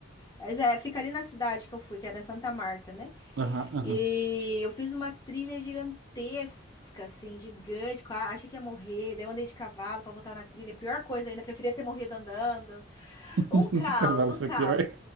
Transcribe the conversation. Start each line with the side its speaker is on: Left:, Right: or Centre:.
Left: Mas é, fica ali na cidade que eu fui, que era Santa Marta, né?
Right: Aham, aham.
Left: E eu fiz uma trilha gigantesca, assim, gigante. qua- Achei que ia morrer. Daí eu andei de cavalo pra voltar na trilha. Pior coisa ainda, preferia ter morrido andando.
Right: <laughs>
Left: Um caos,
Right: Cavalo
Left: um
Right: foi
Left: caos.
Right: pior.